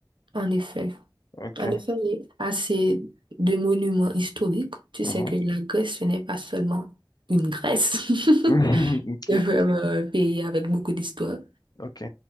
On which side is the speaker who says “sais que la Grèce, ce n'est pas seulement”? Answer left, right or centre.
Right